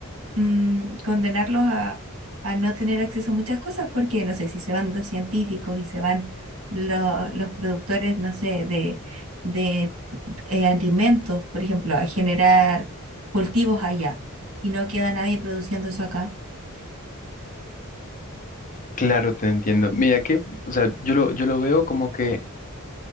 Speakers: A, on the right; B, on the left.
A: mm, condenarlos a, a no tener acceso a muchas cosas, porque no sé, si se van los científicos y se van lo- los productores, no sé, de, de eh, alimentos, por ejemplo, a generar cultivos allá y no queda nadie produciendo eso acá.
B: Claro, te entiendo. Mira que, o sea, yo lo, yo lo veo como que